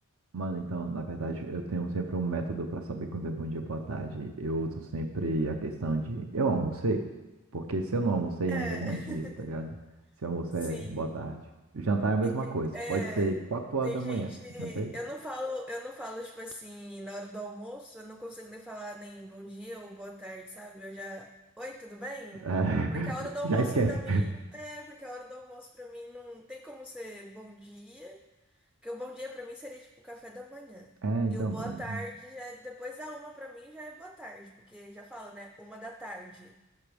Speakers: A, on the right; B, in the centre.
A: Mano, então, na verdade, eu tenho sempre um método para saber quando é bom dia, boa tarde. Eu uso sempre a questão de eu almocei, porque se eu não almocei
B: É,
A: ainda é bom
B: <laughs>
A: dia, tá ligado? Se eu almocei,
B: sim.
A: é boa tarde. Jantar é a mesma
B: E tem,
A: coisa,
B: é,
A: pode ser quatro horas
B: tem
A: da
B: gente.
A: manhã, jantei?
B: Eu não falo, eu não falo, tipo assim, na hora do almoço, eu não consigo nem falar nem bom dia ou boa tarde, sabe? Eu já. Oi, tudo bem?
A: É, <laughs>
B: Porque a hora do almoço
A: já esquece.
B: pra mim. É, porque a hora do almoço pra mim não tem como ser bom dia. Porque o bom dia pra mim seria tipo o café da manhã.
A: É,
B: E
A: então,
B: o boa
A: pra mim
B: tarde
A: tem isso.
B: já é- depois da uma pra mim já é boa tarde, porque já fala, né? Uma da tarde.